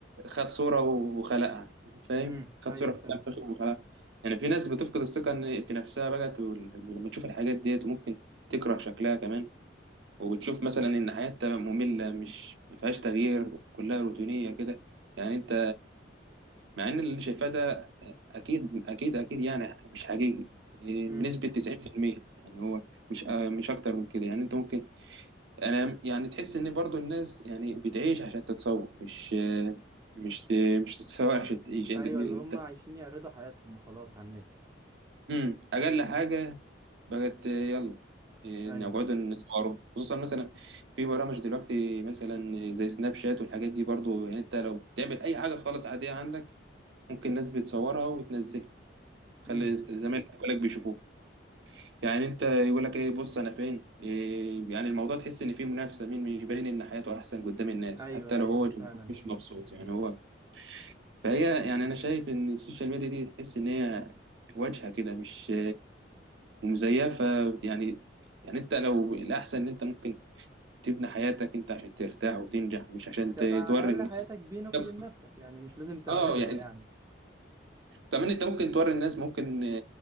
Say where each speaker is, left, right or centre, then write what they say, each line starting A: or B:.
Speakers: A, on the right (about 70°); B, on the right (about 20°).
A: خد صوره وخلقها فاهم
B: امم
A: خد
B: ايوه
A: صوره في
B: فهمت
A: الفخذ وخلقها يعني في ناس بتفقد الثقه إن- في نفسها بقت وال- لما تشوف الحاجات ديت وممكن تكره شكلها كمان وبتشوف مثلا ان حياتها ممله مش ما فيهاش تغيير كلها روتينيه كده يعني انت مع ان اللي شايفاه ده اكيد اكيد اكيد يعني مش حقيقي إيه،
B: امم
A: بنسبه 90% يعني هو مش آه، مش اكتر من كده يعني انت ممكن انا يعني تحس ان برضو الناس يعني بتعيش عشان تتصور مش مش مش تتصور عشان تعيش انت
B: ايوه
A: انت
B: اللي هم عايشين يعرضوا حياتهم وخلاص على النت
A: امم اقل حاجه بقت يلا إيه،
B: ايوه
A: نقعد نصوره خصوصا مثلا في برامج دلوقتي مثلا زي سناب شات والحاجات دي برضو يعني انت لو بتعمل اي حاجه خالص عاديه عندك ممكن الناس بتصورها وتنزلها خلي
B: امم
A: زمايلك كلك بيشوفوها يعني انت يقول لك ايه بص انا فين إيه يعني الموضوع تحس ان فيه منافسه مين يبين ان حياته احسن قدام الناس
B: ايوه
A: حتى لو
B: ايوه
A: هو
B: فعلا
A: مش مبسوط يعني هو فهي يعني انا شايف ان السوشيال ميديا دي تحس ان هي واجهه كده مش مزيفه يعني يعني انت لو الاحسن ان انت ممكن تبني حياتك انت عشان ترتاح وتنجح مش عشان
B: تبقى
A: ت- توري
B: على الأقل
A: الناس
B: حياتك بينك
A: طب
B: وبين نفسك يعني مش لازم تعرضها
A: اه يعني
B: يعني
A: كمان انت ممكن توري الناس ممكن